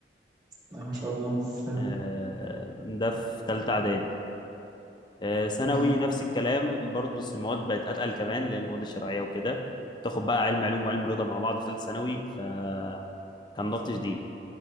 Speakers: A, on the right; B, on the left.
A: اه ما شاء الله حلو
B: أه، ده في ثالثه اعدادي آه، ثانوي
A: اه
B: نفس الكلام برضه بس المواد بقت اتقل كمان اللي هي المواد الشرعيه وكده بتاخد بقى علم علوم وعلم رياضه مع بعض في ثالثه ثانوي فكان ضغط شديد